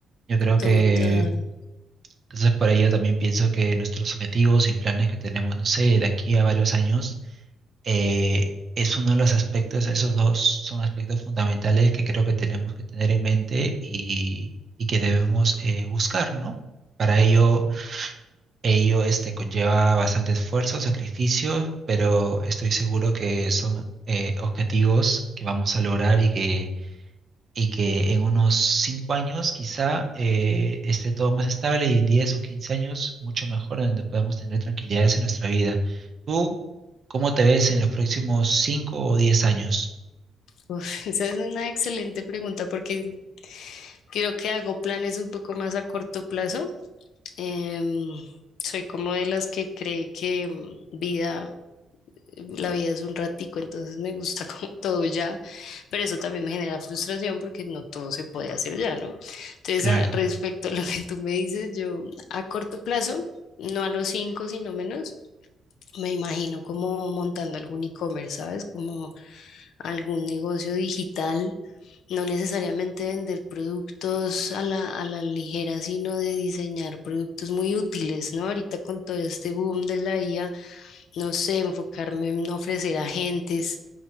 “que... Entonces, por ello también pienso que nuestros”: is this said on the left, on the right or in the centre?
Right